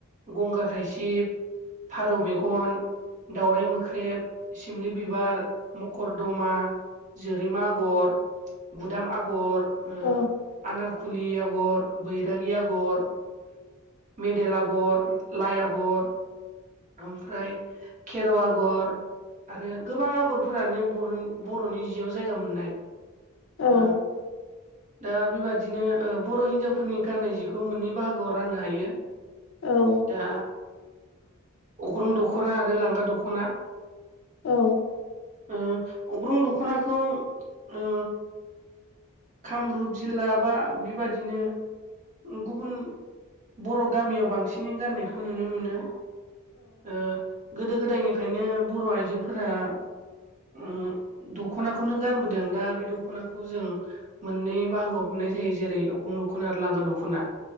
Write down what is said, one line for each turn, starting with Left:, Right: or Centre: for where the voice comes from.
Right: गंगार थाइसिब फारौ मेगन दावराइ मोख्रेब सिमलि बिबार मखर दमा जोरेमा आगर गुदाम आगर
Left: औ
Right: आनारखुलि आगर बैरागि आगर मेडेल आगर लाइ आगर ओमफ्राय खेर' आगर आरो गोबां आगरफोरानो बर बर'नि जियाव जायगा मोननाय
Left: औ
Right: ओ दा बेबादिनो बर' हिनजावफोरनि गाननाय जिखौ मोननै बाहागोआव राननो हायो
Left: औ
Right: दा अग्रं दख'ना आरो लांगा दख'ना
Left: औ
Right: ओ अग्रं दख'नाखौ ओ कामरुप जिल्ला बा बेबादिनो गुबुन बर' गामियाव बांसिनै गाननायखौ नुनो मोनो ओ गोदो गोदायनि फ्रायनो बर' आइजोफोरा दख दखनाखौनो गानबोदों दा बे दखनाखौ जों मोननै बाहागोआव मोननाय जायो जेरै अग्रं दखना आरो लांगा दखना